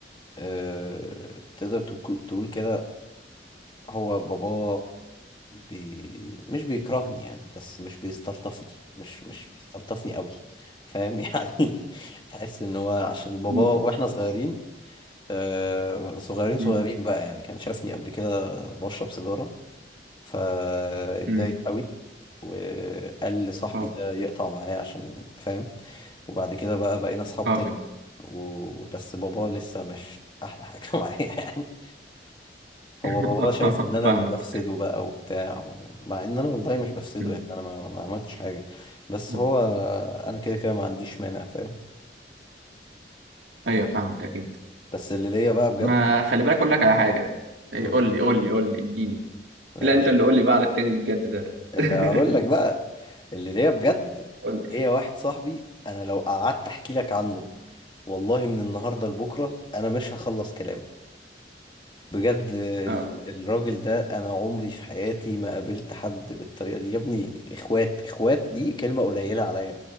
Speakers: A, on the left; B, on the right.
A: آه، تقدر تكو- تقول كده هو بابا بي مش بيكرهني يعني بس مش بيستلطفني مش مش بيستلطفني قوي فاهم <laughs> يعني تحس إن هو عشان بابا
B: مم.
A: وإحنا صغيرين آه، صغيرين
B: مم.
A: صغيرين بقى يعني كان شافني قبل كده بشرب سيجارة فاتضايق
B: مم.
A: قوي وقال لصاحبي
B: <laughs> اه
A: ده يقطع معايا عشان فاهم وبعد كده بقى بقينا اصحاب
B: اه
A: تاني وبس بابا لسه مش احلى حاجة <laughs> معايا يعني هو
B: <laughs>
A: بابا شايف ان انا
B: فاهمك
A: اللي بفسده بقى وبتاع و- مع ان انا والله مش بفسده
B: مم.
A: يعني انا ما, ما عملتش حاجة بس
B: مم.
A: هو انا كده كده ما عنديش مانع فاهم
B: ايوه فاهمك اكيد
A: بس اللي ليا بقى بجد
B: ما خلي بالك اقول لك على حاجه إيه،
A: قول
B: قول
A: لي
B: لي قول لي قول لي اديني
A: ماشي
B: لا انت اللي قول لي بقى على التاني اللي بجد ده
A: اللي
B: <laughs>
A: هقول لك بقى اللي ليا بجد
B: قول لي
A: ليا واحد صاحبي انا لو قعدت احكي لك عنه والله من النهارده لبكره انا مش هخلص كلام بجد ال-
B: اه
A: الراجل ده انا عمري في حياتي ما قابلت حد بالطريقه دي يا ابني اخوات اخوات دي كلمه قليله عليا